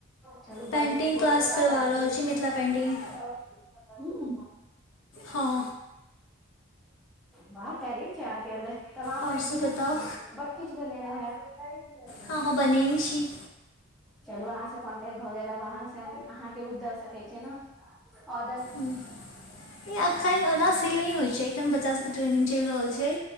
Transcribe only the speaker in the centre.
चलू बड़
नीक बहुत
अच्छा
काज करै
छी
अहाॅं
हुं।
वाह टैलेंट छै अहाँके अन्दर, तऽ कला
पेंटिंग
मे बड किछ बनेने हैब।
चलू अहाँ से कॉन्टेक्ट भऽ गेल, अब अहाँ से अहाँके उ दऽ सकैत छी ने ऑर्डर।